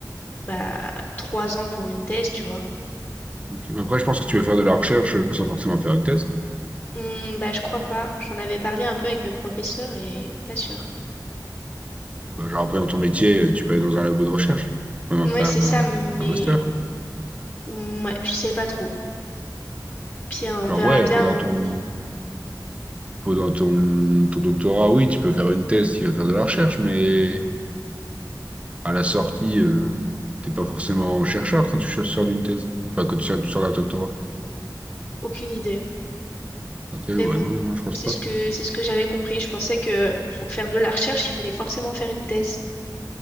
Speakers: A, on the left (about 30°); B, on the right (about 15°).
A: bah, trois ans pour une thèse, tu vois.
B: Ok. Mais après, je pense que tu veux faire de la recherche euh, sans forcément faire une thèse.
A: Hum, bah, je crois pas. J'en avais parlé un peu avec mes professeurs et pas sûr.
B: Euh, Genre après dans ton métier, euh, tu peux aller dans un labo de recherche, même après
A: Oui, c'est
B: un,
A: ça,
B: un-
A: mais
B: un master.
A: ouais, je sais pas trop. Pire, on
B: Genre
A: verra
B: ouais,
A: bien
B: pendant
A: où,
B: ton pendant ton ton doctorat, oui, tu peux faire une thèse qui va faire de la recherche, mais à la sortie, euh, t'es pas forcément chercheur quand tu sors d'une thèse. Enfin, quand tu sors tu sors d'un doctorat.
A: Aucune idée.
B: Ok,
A: Mais
B: bah
A: bon,
B: non, non, je pense
A: c'est
B: pas.
A: ce que c'est ce que j'avais compris. Je pensais que pour faire de la recherche, il fallait forcément faire une thèse.